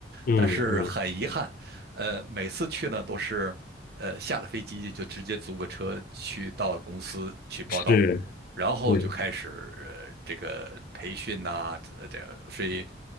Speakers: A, on the left; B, on the right.
A: 嗯嗯，
B: 但是很遗憾，呃，每次去呢都是。呃，下了飞机就直接租个车去到公司去报道，
A: 是
B: 然后就开始呃这个培训呐、
A: 对，
B: 呃这样，所以